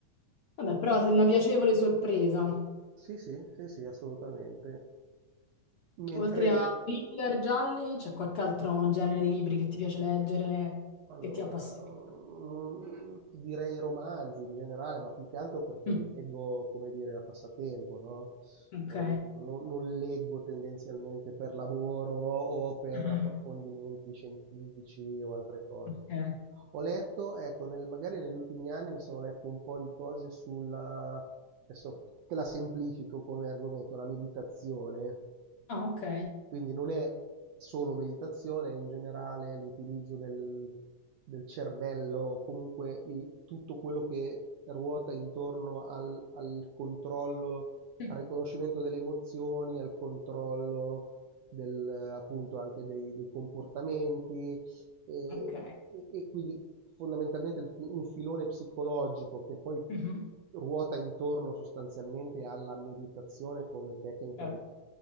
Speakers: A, on the left; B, on the right.
A: Vabbè, però è una piacevole sorpresa.
B: sì, sì, sì, sì, assolutamente. Mentre
A: Oltre a
B: non
A: thriller gialli, c'è qualche altro genere di libri che ti piace leggere,
B: Allora,
A: che ti appassiona?
B: mhmm, ti direi romanzi in generale, ma più che altro perché
A: Mm,
B: li leggo, come dire, a passatempo, no,
A: Ok.
B: non non non leggo tendenzialmente per lavoro o per
A: Mhm,
B: approfondimenti scientifici o altre cose.
A: Ok.
B: Ho letto, ecco, nel magari negli ultimi anni mi sono letto un po' di cose sulla adesso te la semplifico come argomento, la meditazione.
A: Ah, ok.
B: Quindi non è solo meditazione, è in generale l'utilizzo del, del cervello, comunque il- tutto quello che ruota intorno al, al controllo,
A: Sì.
B: al riconoscimento delle emozioni, al controllo del, eh, appunto anche dei, dei comportamenti, e,
A: Ok.
B: e- e quindi fondamentalmente il fi- un filone psicologico che poi
A: Mhm,
B: tu- ruota intorno sostanzialmente alla meditazione come tecnica
A: Certo.
B: di,